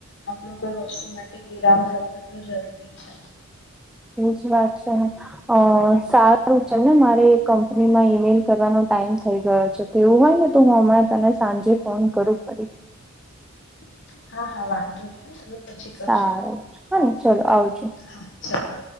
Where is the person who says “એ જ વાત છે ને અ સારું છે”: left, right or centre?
Centre